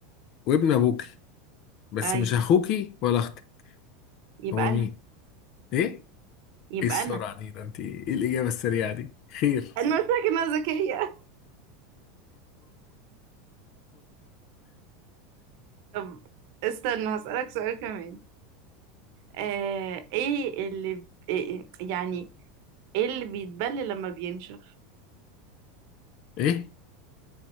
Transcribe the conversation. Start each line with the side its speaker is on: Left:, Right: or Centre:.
Left: وابن ابوكي بس
Right: ايوه
Left: مش اخوكي ولا اختك
Right: يبقى
Left: هو مين
Right: انا
Left: ايه
Right: يبقى
Left: ايه السرعة
Right: انا
Left: دي ده انت ايه الاجابة السريعة دي خير
Right: انا قلت لك انها ذكية طب استنى هسألك سؤال كمان آه ايه اللي ب... إيه يعني ايه اللي بيتبل لما بينشف
Left: ايه